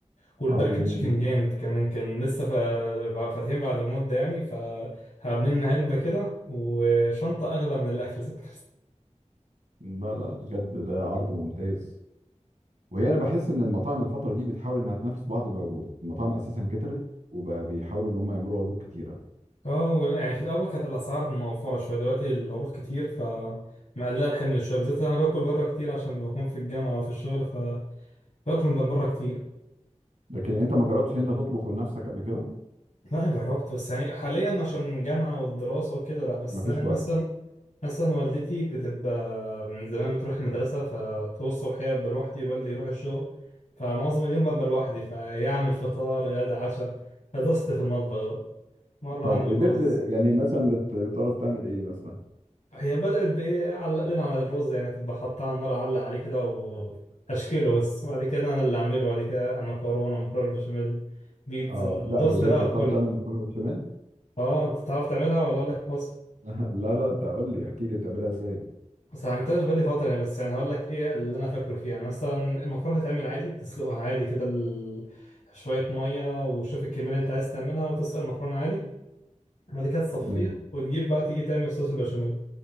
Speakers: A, on the left; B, on the right.
A: والباكج
B: عرض جميل
A: كان
B: جدا
A: جامد كمان كان لسه فا- فاتحين بعد مده يعني فعاملين علبه كده وشنطه اغلى من الاكل ذات
B: لا لا بجد ده عرض ممتاز وهي انا بحس ان المطاعم الفترة دي بتحاول انها تنافس بعض بعروض المطاعم اساسا كترت وبقى بيحاولوا ان هم يعملوا عروض كتيرة
A: اه و- يعني في الاول كانت الاسعار موفره شويه دلوقتي العروض كتير ف مقلله الحمل شويه بالذات انا باكل بره كتير عشان بكون في الجامعه وفي الشغل فباكل من بره كتير
B: لكن انت ما جربتش انت تطبخ بنفسك قبل كده
A: لا انا جربت بس يعني حاليا عشان الجامعه والدراسه وكده لا بس
B: مفيش
A: انا مثلا
B: وقت
A: مثلا والدتي بتبقى من زمان بتروح المدرسه فطول الصبح هي ببقى لوحدي والدي يروح الشغل فمعظم اليوم ببقى لوحدي فيعمل فطار غدا عشاء فدست في المطبخ بقى. مره
B: طب
A: اعمل
B: قدرت
A: رز
B: يعني مثلا بت- بتعرف تعمل ايه مثلا
A: هي بدأت بإيه علق لنا على الرز يعني تبقى حطها على النار علق عليه كده وأشكيله بس وبعد كده أنا اللي أعمله وبعد كده مكرونة مكرونة بالبشاميل بيتزا
B: اه لا
A: دوسنا
B: بجد
A: بقى
B: بتعرف
A: في كله
B: تعمل مكرونه بشاميل
A: أه أنت تعرف تعملها ولا أقول لك الوصفة؟
B: <laughs> لا لا انت قول لي احكي لي بتعملها ازاي
A: بس ما عملتهاش بقالي فترة يعني بس يعني هقول لك إيه اللي أنا فاكره فيها يعني مثلا المكرونة بتتعمل عادي بتسلقها عادي كده ال- شوية مية وشوف الكمية اللي أنت عايز تعملها وتسلق المكرونة عادي بعد كده تصفيها
B: تمام
A: وتجيب بقى تيجي تعمل صوص البشاميل